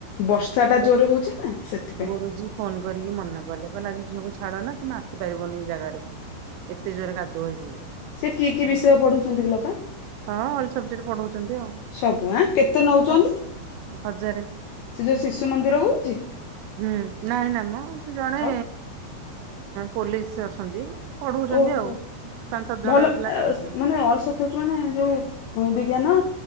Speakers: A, on the left (about 80°); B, on the right (about 85°).
A: ବର୍ଷା ଟା
B: ହଁ
A: ଜୋରେ ହଉଛି ନା ସେଥିପାଇଁ।
B: ଗୁରୁଜୀ ଫୋନ କରିକି ମନା କଲେ କହିଲେ ଆଜି ଝିଅକୁ ଛାଡ ନା ତୁମେ ଆସିପାରିବନି ଏଇ ଜାଗାରେ। ଏତେ ଜୋରେ କାଦୁଅ ହେଇଛି
A: ସେ କି କି ବିଷୟ
B: ଯେ
A: ପଢଉଛନ୍ତି କି ଲୋପା?
B: ହଁ ଅଲ ସବେକ୍ଟ ପଢଉଛନ୍ତି ଆଉ
A: ସବୁ ଆଁ କେତେ ନଉଛନ୍ତି
B: ହ ହଜାରେ।
A: ସେ ଯୋଉ ଶିଶୁ ମନ୍ଦିର ହୋଉଛି।
B: ହୁଁ ନାଇଁ ନାମ ସେ ଜଣେ
A: ଆଉ
B: ପୋଲିସ ଅଛନ୍ତି। ପଢଉଛନ୍ତି
A: ଓହୋ
B: ଆଉ ପାଞ୍ଚ ସାତ ଜଣ
A: ଭଲ
B: ପିଲା ଯାଉଥିଲେ।
A: ମାନେ ଅଲ ସବ୍ ଯୋଠୁ ମାନେ ଯୋଉ ବିଜ୍ଞାନ